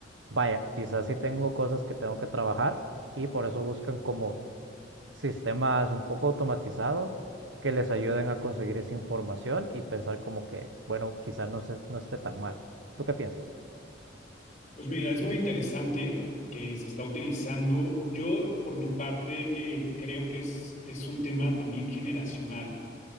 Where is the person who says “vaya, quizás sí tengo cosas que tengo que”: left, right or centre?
Right